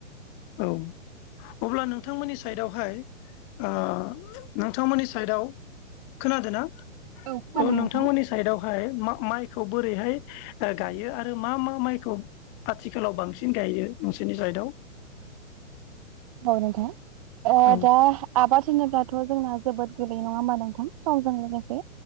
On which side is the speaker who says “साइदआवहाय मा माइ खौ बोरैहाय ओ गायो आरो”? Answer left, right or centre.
Left